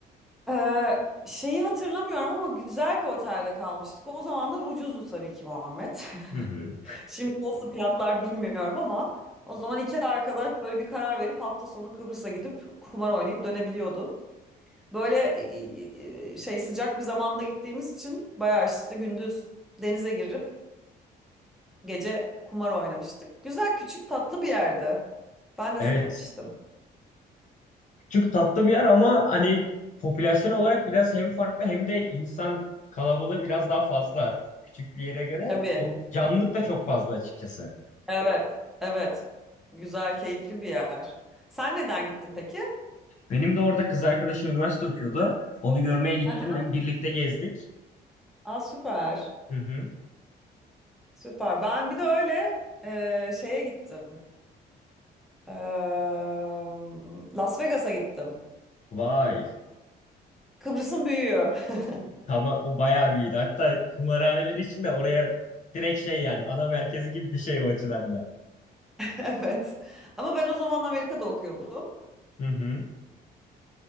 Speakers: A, in the centre; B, on the left.
A: Ee, şeyi hatırlamıyorum ama güzel bir otelde kalmıştık. O zamanlar ucuzdu tabii ki Muhammed.
B: Hı
A: <laughs>
B: hı.
A: Şimdi nasıl fiyatlar bilmiyorum ama o zaman iki arkadaş böyle bir karar verip hafta sonu Kıbrıs'a gidip kumar oynayıp dönebiliyordun. Böyle e, e, şey sıcak bir zamanda gittiğimiz için bayağı işte gündüz denize girip Gece kumar oynamıştık. Güzel küçük tatlı bir yerdi. Ben de
B: Evet.
A: sevmiştim.
B: Küçük tatlı bir yer ama hani popülasyon olarak biraz hem farklı hem de insan kalabalığı biraz daha fazla. Küçük bir yere göre
A: Tabii.
B: on, canlılık da çok fazla açıkçası.
A: Evet. Evet. Güzel, keyifli bir yer. Sen neden gittin peki?
B: Benim de orada kız arkadaşım üniversite okuyordu. Onu görmeye gittim.
A: Aha.
B: Hem birlikte gezdik.
A: Aa, süper.
B: Hı hı.
A: Süper. Ben bir de öyle e, şeye gittim. Eee, Las Vegas'a gittim.
B: Vay.
A: Kıbrıs'ın büyüğü. <laughs>
B: Tamam o bayağı büyüdü. Hatta kumarhaneler için de oraya direkt şey yani ana merkezi gibi bir şey o açıdan da.
A: Evet. Ama ben o zaman Amerika'da okuyordum.
B: Hı hı.